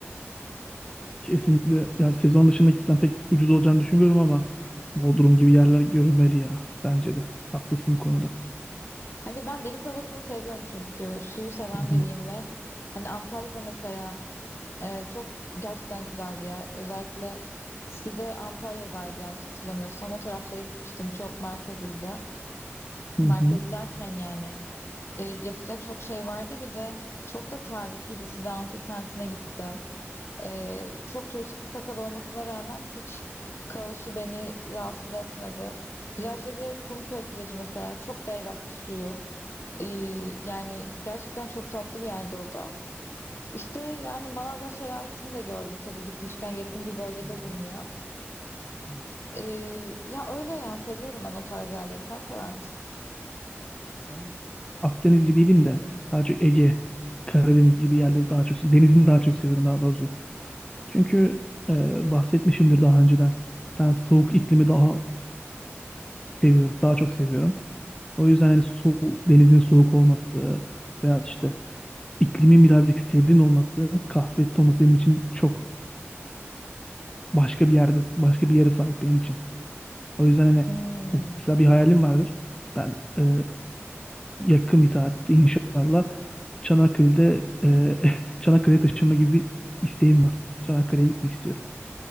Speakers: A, on the left; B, on the left.
A: Kesinlikle ya sezon dışında gitsem pek ucuz olacağını düşünmüyorum ama Bodrum gibi yerler görünmeli ya bence de. Haklısın bu konuda.
B: Hani ben deniz havasını seviyorum çünkü. Suyu seven
A: Hı hı.
B: biriyim ve hani Antalya'da mesela Ee, çok gerçekten güzel bir yer. Özellikle Side Antalya'daydı yanlış hatırlamıyorsam. O taraflara gitmiştim. Çok merkeziydi.
A: Hı
B: Merkezi
A: hı.
B: derken yani e, yapılacak çok şey vardı. Bir de çok da tarihiydi. Side Antik Kenti'ne gittim. Ee, çok turistik bir kasaba olmasına rağmen hiç kaosu beni rahatsız etmedi. Plajları Kumköy plajı mesela çok berraktı suyu. Ee, yani gerçekten çok tatlı bir yerde o da. İşte yani Manavgat Şelalesi'ni de gördüm tabii gitmişken yakın bir bölgede
A: Hı hı.
B: bulunuyor.
A: Evet.
B: Ee, ya öyle ya seviyorum ben o tarz yerleri. Sen sever misin?
A: Ben Akdenizci değilim de daha çok Ege, Karadeniz gibi yerleri daha çok denizini daha çok seviyorum daha doğrusu. Çünkü e, bahsetmişimdir daha önceden. Ben soğuk iklimi daha seviyorum, daha çok seviyorum. O yüzden hani soğuk, denizin soğuk olması veya işte iklimin birazcık serin olması, kasvetli olması benim için çok başka bir yerde, başka bir yere sahip benim için. O yüzden hani
B: Hmm.
A: mesela bir hayalim vardır. Ben e, yakın bir tarihte inşallah Çanakkale'de e, <laughs> Çanakkale'ye taşınma gibi bir isteğim var. Çanakkale'ye gitmek istiyorum.